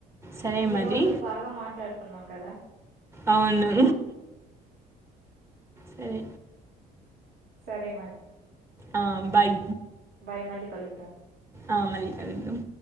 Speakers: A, on the right; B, on the right.
A: సరే
B: ఈ
A: మరి
B: రోజు బాగా మాట్లాడుకున్నాం కదా.
A: అవును సరే
B: సరే మరీ
A: ఆ బాయ్
B: బాయ్ మళ్ళీ కలుద్దాం
A: ఆహ్ మళ్ళీ కలుద్దాం